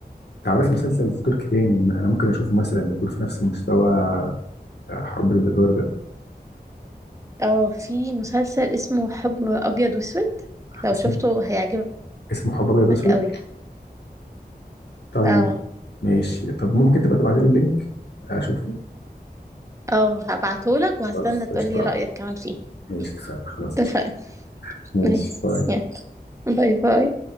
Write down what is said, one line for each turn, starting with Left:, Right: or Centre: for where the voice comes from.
Left: تعرفي مسلسل تركي تاني انا ممكن اشوفه مثلا يكون في نفس مستوى حب الادوار ده
Right: اه في مسلسل اسمه حب أبيض وأسود لو
Left: اسمه
Right: شفته هيعجبك
Left: اسمه حب ابيض اسود
Right: قوي
Left: طيب
Right: اه
Left: ماشي طب ممكن تبقى تبعت لي اللينك اشوفه
Right: اه هبعتهولك وهستنى
Left: خلاص
Right: تقولي
Left: قشطه
Right: رأيك كمان فيه
Left: ماشي اتفقنا خلاص
Right: اتفقنا
Left: قشطه ماشي
Right: نايس
Left: باي
Right: يلا باي باي